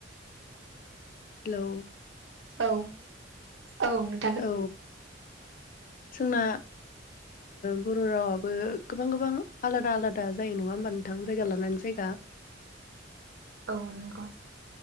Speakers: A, on the left; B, on the right.
A: हेल'
B: औ औ नों
A: औ जोंना बर' रावाबो गोबां गोबां आलादा आलादा जायो नङा होमबा नोंथां जायगा लानानै जायगा
B: औ नंगौ